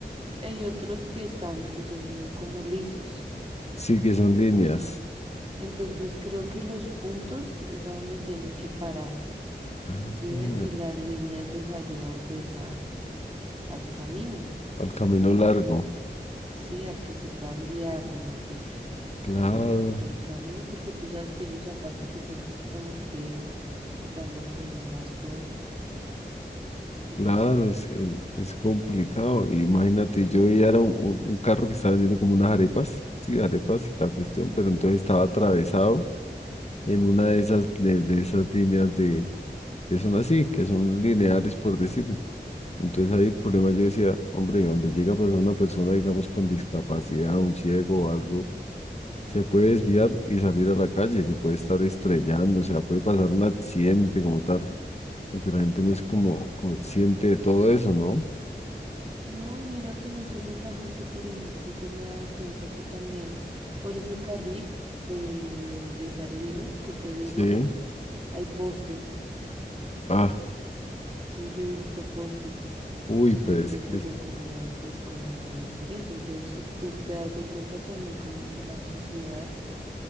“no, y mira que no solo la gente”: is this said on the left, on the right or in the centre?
Right